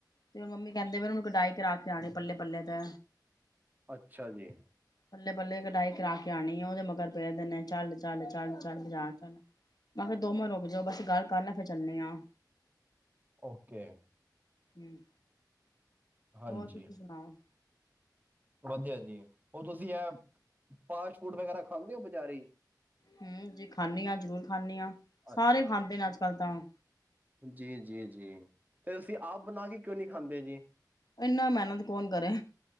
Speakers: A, on the left; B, on the right.
A: ਤੇ ਮੰਮੀ ਕਹਿੰਦੇ ਵੀ ਉਹਨੂੰ ਕਡਾਈ ਕਰਾ ਕੇ ਆਉਣੀ ਪੱਲੇ ਪੱਲੇ ਤੇ।
B: ਅੱਛਾ ਜੀ
A: ਬੱਲੇ ਬੱਲੇ ਕਢਾਈ ਕਰਾ ਕੇ ਕਰਾਉਣੀ ਆ ਉਹਦੇ ਮਗਰ ਪਿਆ ਦਿਨੇ ਚੱਲ ਚੱਲ ਚੱਲ ਚੱਲ ਬਜ਼ਾਰ ਚੱਲ। ਮੈਂ ਕਿਹਾ ਦੋ ਮਾਂ ਰੁਕ ਜਾਓ ਬਸ ਗੱਲ ਕਰ ਲੈ ਫ਼ੇਰ ਚੱਲਨੇ ਆ।
B: ਓਕੇ
A: ਹੂੰ
B: ਹਾਂਜੀ
A: ਹੋਰ ਤੁਸੀਂ ਸੁਣਾਓ?
B: ਵਧੀਆ ਜੀ। ਹੋਰ ਤੁਸੀਂ ਆਹ ਫਾਸਟ ਫੂਡ ਵਗੈਰਾ ਖਾਂਦੇ ਓ ਬਜ਼ਾਰੀ?
A: ਹੂੰ ਜੀ ਖਾਂਨੀ ਆ ਜ਼ਰੂਰ ਖਾਂਨੀ ਆ।
B: ਅੱਛਾ
A: ਸਾਰੇ ਖਾਂਦੇ ਨੇ ਅੱਜ ਕੱਲ ਤਾਂ।
B: ਜੀ ਜੀ ਜੀ ਤੇ ਤੁਸੀਂ ਆਪ ਬਣਾ ਕੇ ਕਿਉਂ ਨਹੀਂੀ ਖਾਂਦੇ ਜੀ
A: ਇੰਨਾ ਮਿਹਨਤ ਕੌਣ ਕਰੇ